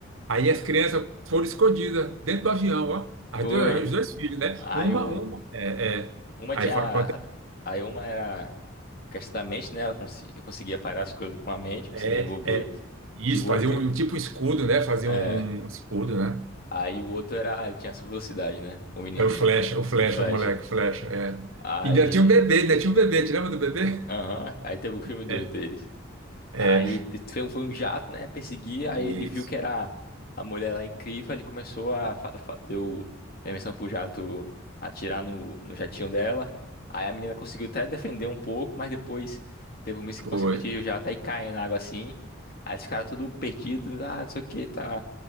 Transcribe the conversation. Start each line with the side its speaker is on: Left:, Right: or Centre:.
Right: Aí as crianças foram escondidas dentro do avião, ó. As
Left: foi.
Right: duas- os dois filhos, né?
Left: Aí
Right: Uma,
Left: o,
Right: uma, é, é.
Left: uma
Right: Aí
Left: tinha,
Right: fala,
Left: aí uma era. questão da mente, né? Ela consi- eu conseguia parar as coisas com a mente, conseguia
Right: É,
Left: envolver.
Right: é isso,
Left: E o outro,
Right: fazer um tipo um tipo escudo, né? Fazer
Left: é,
Right: um, um escudo, né?
Left: aí o outro era, ele tinha essa velocidade, né? O menininho,
Right: É o flecha, o flecha,
Left: o Flash.
Right: o moleque, o flecha. É.
Left: Aí,
Right: E ainda tinha um bebê, né? Tinha um bebê, te lembra do bebê?
Left: aham, aí teve o filme dois
Right: É,
Left: deles.
Right: é
Left: Aí te- foi um, foi um jato, né? Perseguir, aí
Right: isso,
Left: ele viu que era a mulher lá incrível, ele começou a. fa- fa- Deu permissão pro jato atirar no, no jatinho dela. Aí a menina conseguiu até defender um pouco, mas depois teve um míssil que
Right: foi.
Left: conseguiu atingir o jato, aí cai na água assim. Aí eles ficaram tudo perdidos, ah, não sei o que, tá.